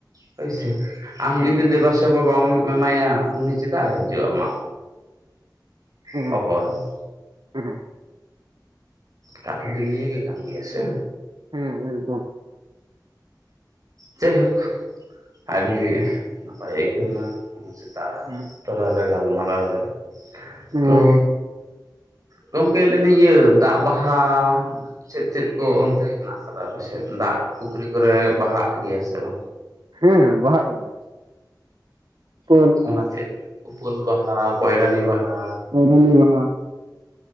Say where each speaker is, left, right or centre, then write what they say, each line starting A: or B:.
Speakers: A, on the right (about 50°); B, on the right (about 85°).
A: ᱦᱳᱭᱥᱮ ᱟᱢ
B: ᱦᱮᱸ
A: ᱡᱩᱫᱤ ᱫᱮᱵᱟ ᱥᱮᱵᱟ ᱵᱟᱢ ᱮᱢᱟᱭᱟ ᱩᱱᱤ ᱪᱮᱫᱟᱜᱟᱭ ᱦᱤᱡᱩᱜᱼᱟ ᱟᱢᱟᱜ
B: ᱦᱮᱸ
A: ᱦᱚ ᱦᱚ ᱨᱮᱫᱚ
B: ᱦᱮᱸ
A: ᱠᱟᱛᱷᱟ ᱫᱚ ᱱᱤᱭᱟᱹ ᱜᱮ ᱠᱟᱱ ᱜᱮᱭᱟ ᱥᱮ
B: ᱦᱮᱸ ᱮᱠᱫᱚᱢ
A: ᱡᱟᱭᱦᱳᱠ ᱟᱹᱰᱤ ᱱᱟᱯᱟᱭ ᱟᱹᱭᱠᱟᱹᱣᱼᱱᱟ ᱚᱱᱟ ᱥᱮ ᱛᱟ
B: ᱦᱮᱸ
A: ᱛᱚᱨᱟ ᱨᱮ ᱜᱟᱞᱢᱟᱨᱟᱣ ᱨᱮ
B: ᱦᱮᱸ
A: ᱛᱚᱻ ᱜᱚᱢᱠᱮ ᱞᱟᱹᱭᱫᱟᱹᱧ ᱤᱭᱟᱹ ᱫᱟᱜ ᱵᱟᱦᱟ ᱪᱮᱫ ᱪᱮᱫ ᱠᱚ ᱚᱱᱛᱮ ᱦᱮᱱᱟᱜ ᱟᱠᱟᱫᱟ ᱯᱮᱥᱮ ᱫᱟᱜ ᱯᱩᱠᱷᱨᱤ ᱠᱚᱨᱮ ᱵᱟᱦᱟᱜ ᱜᱮᱭᱟ ᱥᱮ ᱵᱟᱝ
B: ᱦᱮᱸ ᱵᱟᱦᱟᱜ ᱜᱮ ᱩᱯᱟᱹᱞ
A: ᱚᱱᱟ ᱪᱮᱫ ᱩᱯᱟᱹᱞ ᱵᱟᱦᱟ ᱯᱚᱭᱨᱟᱱᱤ ᱵᱟᱦᱟ
B: ᱯᱚᱭᱨᱟᱱᱤ ᱵᱟᱦᱟ